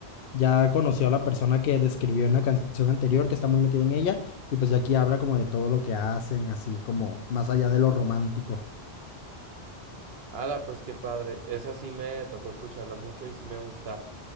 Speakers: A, on the left; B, on the right.
A: Ya conoció a la persona que describió en la canción anterior, que está muy metida en ella, y pues ya aquí habla como de todo lo que hacen, así como más allá de lo romántico.
B: Ala, pues qué padre. Esa sí me tocó escucharla mucho y sí me gusta.